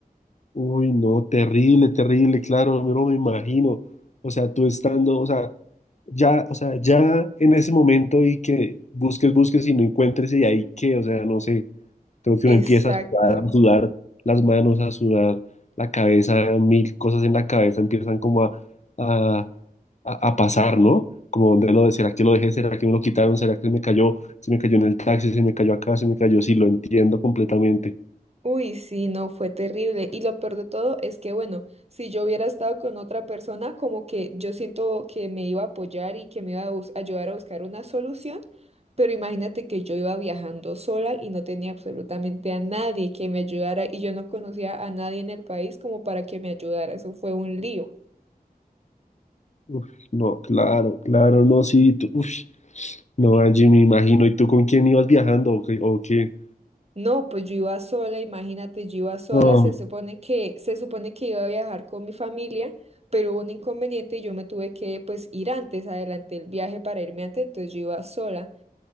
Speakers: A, on the left; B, on the right.
A: Uy, no, terrible, terrible, claro, yo no me imagino. O sea, tú estando, o sea, ya, o sea, ya en ese momento y que busques, busques y no encuentres y ahí que, o sea, no sé, creo que
B: Exacto.
A: uno empieza a sudar, a sudar las manos, a sudar la cabeza, mil cosas en la cabeza empiezan como a, a, a, a pasar, ¿no? Como dónde lo, de- será que lo dejé, será que me lo quitaron, será que se me cayó, se me cayó en el taxi, se me cayó acá, se me cayó, sí, lo entiendo completamente.
B: Uy, sí, no, fue terrible. Y lo peor de todo es que, bueno, si yo hubiera estado con otra persona, como que yo siento que me iba a apoyar y que me iba a bus- ayudar a buscar una solución, pero imagínate que yo iba viajando sola y no tenía absolutamente a nadie que me ayudara y yo no conocía a nadie en el país como para que me ayudara. Eso fue un lío.
A: Uf, no, claro, claro, no, sí, tú, uf, no, Angie, me imagino, ¿y tú con quién ibas viajando o qué? o qué?
B: No, pues yo iba sola, imagínate, yo iba sola,
A: No,
B: se supone que, se supone que iba a viajar con mi familia, pero hubo un inconveniente y yo me tuve que pues ir antes, adelanté el viaje para irme antes, entonces yo iba sola.